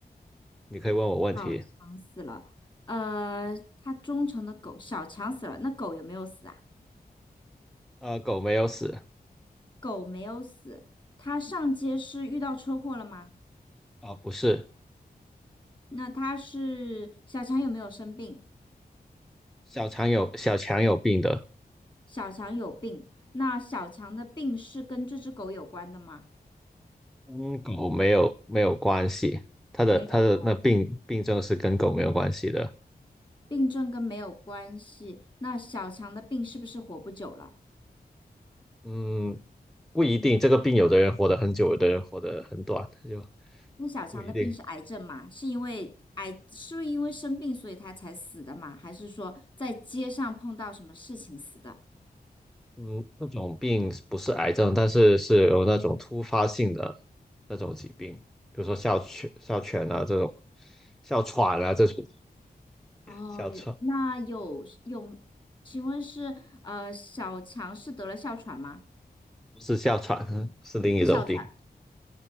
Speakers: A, in the centre; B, on the left.
A: 你可以问我问题，
B: 小强死了，呃，他忠诚的狗小强死了，那狗有没有死啊？
A: 呃，狗没有死，
B: 狗没有死，它上街是遇到车祸了吗？
A: 啊、不是，
B: 那它是小强有没有生病？
A: 小强有小强有病的，
B: 小强有病，那小强的病是跟这只狗有关的吗？
A: 跟狗没有没有关系，他的他的那病病症是跟狗没有关系的，
B: 没有关，病症跟没有关系。那小强的病是不是活不久了？
A: 嗯，不一定，这个病有的人活得很久，有的人活得很短，就
B: 那小强的病是癌症嘛？
A: 不一定。
B: 是因为癌，是不是因为生病所以他才死的嘛？还是说在街上碰到什么事情死的？
A: 嗯，那种病不是癌症，但是是有那种突发性的那种疾病，比如说哮喘、哮喘啊这种，哮喘啊这种，
B: 哦，
A: 哮喘
B: 有那有有，请问是呃，小强是得了哮喘吗？
A: 不是哮喘，<laughs> 是另一种病，
B: 是哮喘。